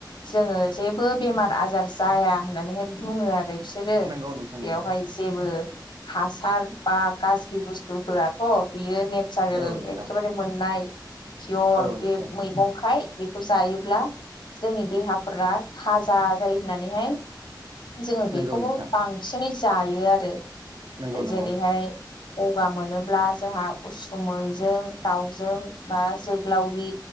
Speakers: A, on the left; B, on the right.
A: जोङो जेबो बेमार आजार जाया होननानैहाय बुङो आरो बिसोर बिसोरो
B: नंगौ नोंथां
A: बेयावहाय
B: नंगौ
A: जेबो हासार बा गाज्रि बुस्थु होआथ' बियो ने नेस्चारेल
B: औ नोंथां
A: एखेबारे मोननाय पियर
B: औ
A: बे
B: नोंथां
A: मैगंखाय बेखौ जायोब्ला जोंनि देहाफोरा थाजा जायो होननानैहाय जोङो बेखौबो
B: नंगौ नोंथां
A: बांसिनै जायो आरो
B: नंगौ नंगौ
A: जेरैहाय
B: नोंथां
A: गगा मोनोब्ला जोंहा उसुमैजों दाउजों बा जोग्लावरि